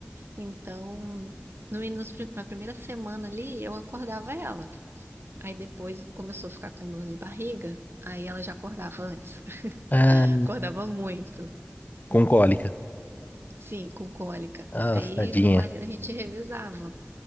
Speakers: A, on the right; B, on the left.
A: Então, no, nos pri- na primeira semana ali, eu acordava ela. Aí depois começou a ficar com dor de barriga. Aí ela já acordava antes.
B: Ah,
A: Acordava muito,
B: com cólica.
A: sim, com cólica.
B: Ah,
A: Aí
B: tadinha.
A: meu marido, a gente revezava.